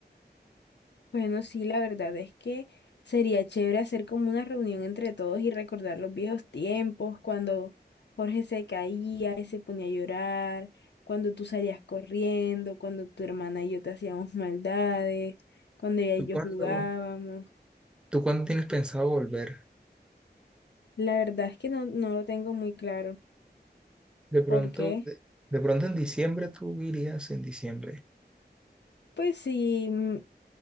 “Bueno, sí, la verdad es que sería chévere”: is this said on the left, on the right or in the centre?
Left